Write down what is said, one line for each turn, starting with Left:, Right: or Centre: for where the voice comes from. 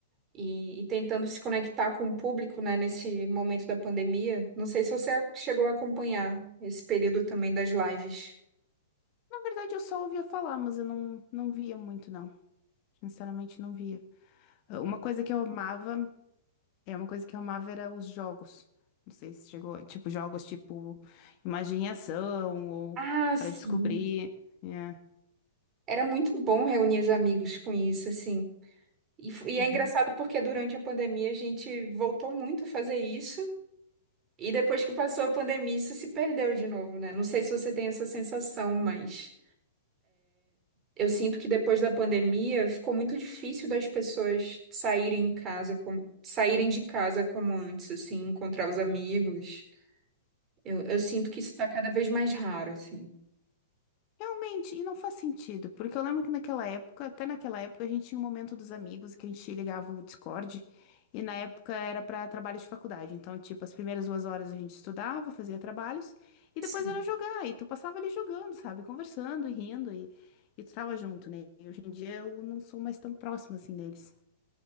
Right: e, e tentando se conectar com o público, né, nesse momento da pandemia. Não sei se você a- chegou a acompanhar esse período também das lives.
Left: Na verdade, eu só ouvia falar, mas eu não, não via muito, não. Sinceramente, não via. Ah, Uma coisa que eu amava, é uma coisa que eu amava era os jogos. Não sei se chegou, tipo, jogos tipo imagem e ação ou
Right: Ah, sim.
Left: para descobrir. É.
Right: Era muito bom reunir os amigos com isso, assim. E, f- e
Left: Uhum.
Right: é engraçado porque durante a pandemia a gente voltou muito a fazer isso. E depois que passou a pandemia, isso se perdeu de novo, né? Não sei se você tem essa sensação, mas. Eu sinto que depois da pandemia ficou muito difícil das pessoas saírem em casa, como, saírem de casa como antes, assim, encontrar os amigos. Eu, eu sinto que isso está cada vez mais raro, assim.
Left: Realmente, e não faz sentido, porque eu lembro que naquela época, até naquela época, a gente tinha um momento dos amigos que a gente ligava o Discord, e na época era para trabalho de faculdade. Então, tipo, as primeiras duas horas a gente estudava, fazia trabalhos, e
Right: Sim.
Left: depois era jogar, e tu passava ali jogando, sabe? Conversando e rindo, e, e tu tava junto, né? E hoje em dia eu não sou mais tão próxima assim deles.